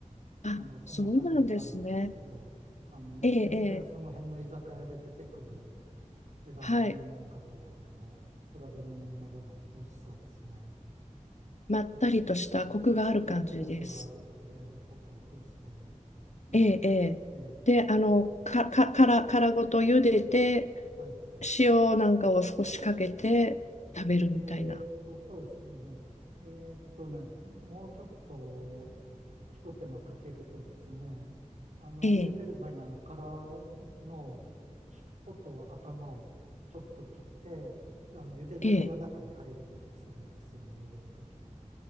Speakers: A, on the left (about 60°); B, on the right (about 65°).
A: あ、
B: あの、そんな感じなんですけど、
A: そうなんですね。
B: あの、
A: ええ、
B: 全然その辺の居酒屋で出てくる
A: ええ、
B: 枝豆なんかとはもう比べ物にならない美味しさですね。
A: はい。まったりとしたコクがある感じです。
B: ホクホクがあって、ええホクホクして、ええ、
A: ええ、ええ。
B: ええ、
A: で、あの、か、か、殻、殻ごと茹でて、
B: はい。
A: 塩なんかを少しかけて食べるみたいな。
B: えーっと、そうですね。えーっとね、もうちょっと一手間かけるとですね、あの、
A: ええ、
B: 茹でる前にあの殻の尻尾と頭をちょっと切って、あの、茹で汁が中に入るようにするんですよね、
A: ええ。
B: 茹でるときに。